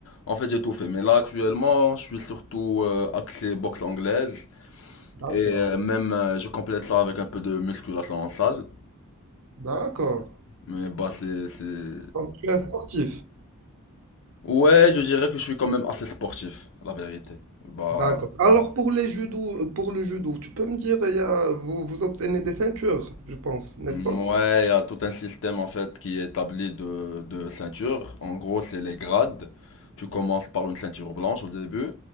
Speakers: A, on the left; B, on the right.
A: En fait, j'ai tout fait. Mais là actuellement, je suis surtout euh, axé boxe anglaise
B: d'accord.
A: et euh, même euh, je complète ça avec un peu de musculation en salle.
B: D'accord.
A: Mais bah c'est, c'est...
B: Donc, tu es un sportif.
A: Ouais, je dirais que je suis quand même assez sportif, la vérité. Bah,
B: D'accord. Alors pour les judo, euh, pour le judo, tu peux me dire, il y a- vous, vous obtenez des ceintures, je pense, n'est-ce
A: mm,
B: pas?
A: ouais, il y a tout un système en fait qui est établi de, de ceintures. En gros, c'est les grades. Tu commences par une ceinture blanche au début,